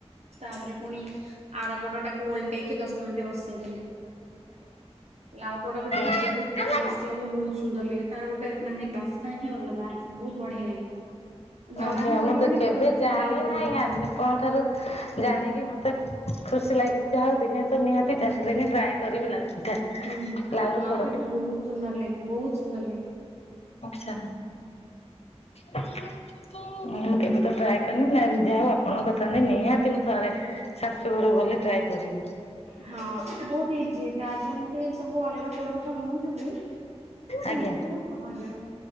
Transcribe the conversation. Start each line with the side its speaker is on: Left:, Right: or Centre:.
Right: ତାପରେ ପୁଣି ଆର ପଟ ଟାକୁ ଓଲଟେଇକି ଦଶ ମିନିଟ ବସେଇଦେଲି। ଲାଉ ପୋଡ ପିଠା ଟା
Left: ଆଜ୍ଞା।
Right: ବୋ ବହୁତ ଟେଷ୍ଟ ଲାଗେ। ବହୁତ ସୁନ୍ଦର ଲାଗେ। ତାର ଗୋଟେ ମାନେ ବାସ୍ନା ହି ଅଲଗା ଆସେ। ବହୁତ ବଢିଆ ଲାଗେ। ଜଣା
Left: ଆଜ୍ଞା।
Right: ହିଁ ପଡିବନି
Left: ମୁଁ ତ କେବେ
Right: ପୋଡ ପିଠାରେ
Left: ଜାଣି
Right: ଲାଉ ପଡିଛି
Left: ନାହିଁ।
Right: ବୋଲି
Left: ଆଜି ଆପଣଙ୍କ ଠାରୁ ଜାଣିକି ମତେ ଖୁସି ଲାଗିଲା। ଯାହା ହଉ ଦିନେ ତ ନିହାତି ଦିନେ ଟ୍ରାଏ କରିମି ଲାଉ ପିଠା।
Right: ହୁଁ ଆଉ
Left: ଲାଉର
Right: ଲାଉ
Left: ପୋଡ
Right: ପିଠା ବହୁତ ସୁନ୍ଦର ଲାଗେ। ବହୁତ ସୁନ୍ଦର ଲାଗେ।
Left: ଆଛା। ମୁଁ କେବେ ଟ୍ରା ନା ଯାହା ହଉ ଆପଣଙ୍କ କଥା ନିହାତି ମୁଁ ଥରେ ଶାଶୁ ଘରକୁ ଗଲେ ଟ୍ରାଏ କରିବି।
Right: ହଁ ବହୁତ ଇ ଜି। ତାର ଯେମିତି ସବୁ ଅଲଗା ପୋଡପିଠା ବନଉଛନ୍ତି। ସେମିତି
Left: ଆଜ୍ଞା।
Right: ପୁରା ସହଜ।